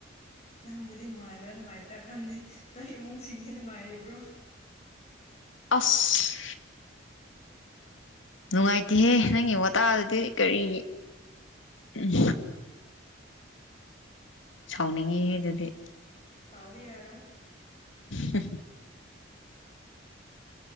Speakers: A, on the left; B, on the left.
A: ꯅꯪꯕꯨꯗꯤ ꯅꯨꯡꯉꯥꯏꯕ꯭ꯔꯥ ꯅꯨꯡꯉꯥꯏꯗ꯭ꯔꯥ ꯈꯪꯗꯦ ꯅꯣꯏ ꯏꯃꯨꯡꯁꯤꯡꯗꯤ ꯅꯨꯡꯉꯥꯏꯔꯤꯕ꯭ꯔꯣ
B: ꯑꯐ ꯅꯨꯡꯉꯥꯏꯇꯦꯍꯦ ꯅꯪꯒꯤ ꯋꯥꯇꯥ ꯑꯗꯨꯗꯤ ꯀꯔꯤ ꯎꯝ ꯁꯥꯎꯅꯤꯡꯉꯤ ꯑꯗꯨꯗꯤ
A: ꯁꯥꯎꯕꯤ ꯌꯥꯔꯣ
B: ꯍ